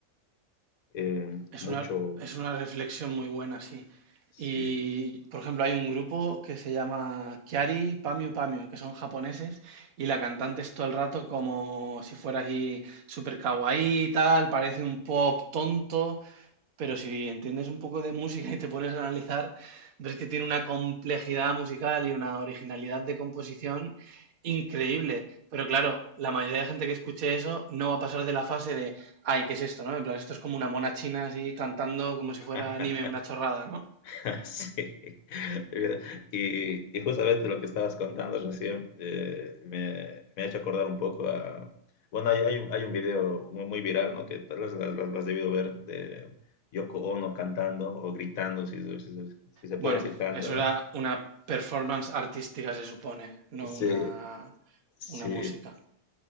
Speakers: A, on the left; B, on the right.
A: eh,
B: Es
A: mucho,
B: una, es una reflexión muy buena, sí.
A: sí.
B: Y, por ejemplo, hay un grupo que se llama Kiari Pamio Pamio, que son japoneses, y la cantante es todo el rato como si fuera así super kawaii y tal, parece un pop tonto, Pero si entiendes un poco de música y te pones a analizar, ves que tiene una complejidad musical y una originalidad de composición increíble. Pero claro, la mayoría de gente que escuche eso no va a pasar de la fase de, ay, ¿qué es esto, no? En plan, esto es como una mona china así cantando como si fuera
A: <laughs>
B: anime, una chorrada, ¿no?
A: <laughs> Sí, mira, y, y justamente lo que estabas contando recién eh, me, me ha hecho acordar un poco a... Bueno, hay, hay un, hay un video muy, muy viral, ¿no? Que tal vez lo lo- lo has debido ver, de Yoko Ono cantando o gritando, si, se- si se si se puede
B: Bueno,
A: decir canto,
B: eso
A: ¿no?
B: era una performance artística, se supone, no
A: Sí,
B: una,
A: sí.
B: una música.